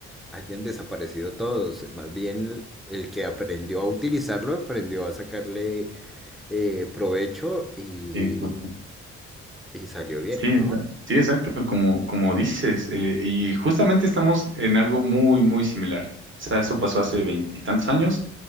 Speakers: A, in the centre; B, on the right (about 35°).
A: hayan desaparecido todos. Más bien, el que aprendió a utilizarlo, aprendió a sacarle eh, provecho y,
B: Sí, justo.
A: y salió bien,
B: Sí, exa-
A: ¿no?
B: sí, exacto, como, como dices. eh, y justamente estamos en algo muy, muy similar. O sea, eso pasó hace veintitantos años.